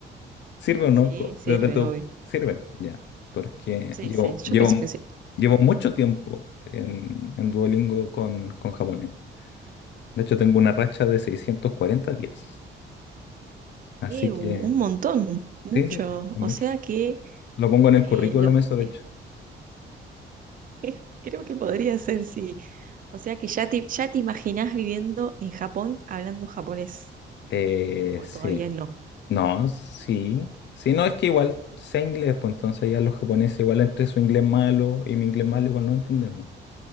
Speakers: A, on the left; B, on the right.
A: ¿Sirve o no?
B: Sí,
A: Co-
B: sirve,
A: Desde tu...
B: obvio.
A: Sirve, ya. Porque
B: Sí,
A: llevo,
B: sí, yo
A: llevo,
B: pienso que sí.
A: llevo mucho tiempo en, en Duolingo con, con japonés. De hecho, tengo una racha de 640 días. Así
B: Eh,
A: que,
B: un montón, mucho.
A: sí, sí, es
B: O
A: mucho.
B: sea que
A: Lo pongo en el
B: eh,
A: currículum
B: lo,
A: eso, de
B: eh,
A: hecho.
B: <laughs> creo que podría ser, sí. O sea que ya te, ya te imaginás viviendo en Japón hablando japonés,
A: Eh,
B: o
A: sí.
B: todavía no.
A: No, sí. Sí, no, es que igual sé inglés, pues entonces ya los japoneses, igual entre su inglés malo y mi inglés malo, igual no entendemos.